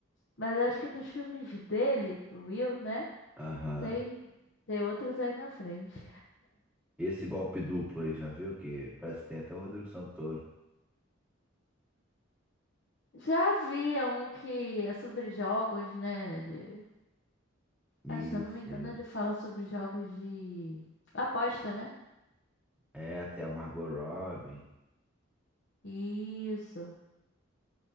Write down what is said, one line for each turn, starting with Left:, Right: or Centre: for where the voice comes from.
Left: Mas acho que dos filmes dele, do Will, né?
Centre: aham.
Left: Tem, tem outros aí na frente.
Centre: Esse golpe duplo aí, já viu? Que parece que tem até o Rodrigo Santoro.
Left: Já havia um que é sobre jogos, né? Ele,
Centre: Isso,
Left: ah, se eu não me engano,
Centre: isso.
Left: ele fala sobre jogos de aposta, né?
Centre: É, até a Margot Robbie.
Left: Isso,